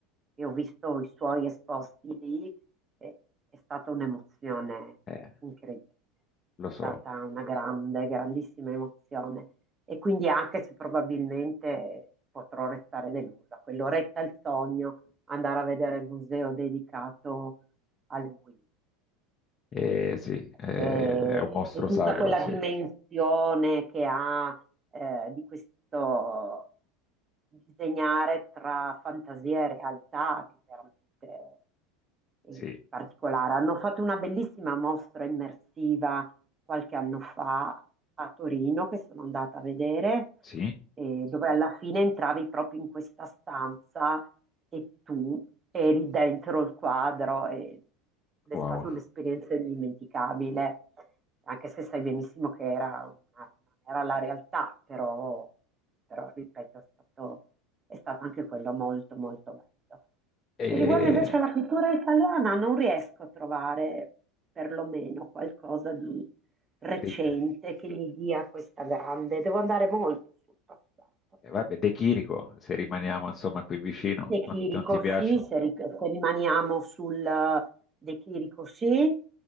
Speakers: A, on the right; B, on the left.
A: e ho visto i suoi esposti lì, eh, è stata un'emozione
B: Eh,
A: incredibile, è
B: lo so.
A: stata una grande, grandissima emozione e quindi anche se probabilmente potrò restare delusa, quell'oretta è il sogno, andare a vedere il museo dedicato a lui
B: Eh, sì, eh,
A: e,
B: è un mostro
A: e tutta
B: sacro,
A: quella
B: sì.
A: dimensione che ha eh, di questo disegnare tra fantasia e realtà, che è veramente eh,
B: Sì,
A: particolare. Hanno fatto una bellissima mostra immersiva qualche anno fa a Torino, che sono andata a vedere,
B: sì,
A: eh, dove alla fine entravi proprio in questa stanza e tu eri dentro il quadro e ed
B: wow.
A: è stata un'esperienza indimenticabile, anche se sai benissimo che era una- non era la realtà, però, però, ripeto, è stato, è stato anche quello molto molto bello.
B: E,
A: E riguardo invece alla pittura italiana, non riesco a trovare perlomeno qualcosa di recente
B: De,
A: che gli dia questa grande, devo andare molto sul passato.
B: eh, vabbè, De Chirico, se rimaniamo insomma qui vicino,
A: De
B: non,
A: Chirico
B: non ti piace?
A: sì, se, ri- se rimaniamo sul eh, De Chirico sì,